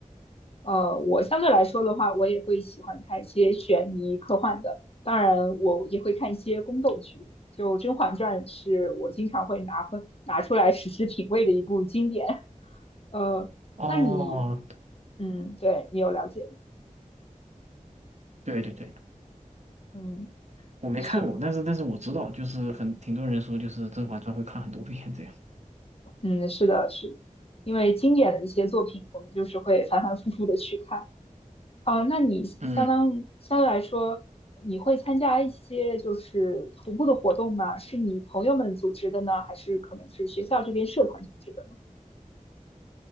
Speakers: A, on the left; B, on the right.
A: 呃，我相对来说的话，我也会喜欢看一些悬疑科幻的，当然我也会看一些宫斗剧。就《甄嬛传》是我经常会拿分拿出来实时品味的一部经典。<laughs> 呃，
B: 哦，
A: 那你，嗯，对你有了解，
B: 对对对，
A: 嗯，
B: 我没看过，
A: 是，
B: 但是但是我知道，就是很挺多人说，就是《甄嬛传》会看很多遍这样。
A: 嗯，是的，是，因为经典的一些作品，我们就是会反反复复的去看。啊，那你相当相对来说，
B: 嗯。
A: 你会参加一些就是徒步的活动吗？是你朋友们组织的呢，还是可能是学校这边社团组织的呢？